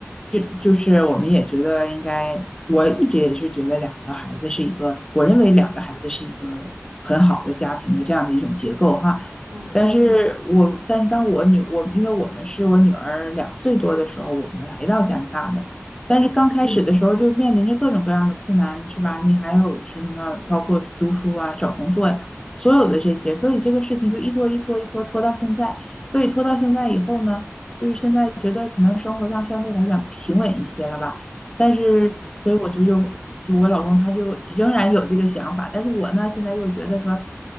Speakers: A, on the left; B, on the right.
A: 就就是我们也觉得应该，我一直也是觉得两个孩子是一个，我认为两个孩子是一个很好的家庭的这样的一种结构哈。
B: 嗯
A: 但是我但是当我女我因为我们是我女儿两岁多的时候，我们来到加拿大的。但是刚开始嗯的时候就面临着各种各样的困难，
B: 嗯
A: 是吧？你还有什么包括读书啊、找工作呀、所有的这些，所以这个事情就一拖一拖一拖拖到现在。所以拖到现在以后呢，就是现在觉得可能生活上相对来讲平稳一些了吧。但是，
B: 嗯
A: 所以我就又就我老公他就仍然有这个想法，但是我呢现在又觉得说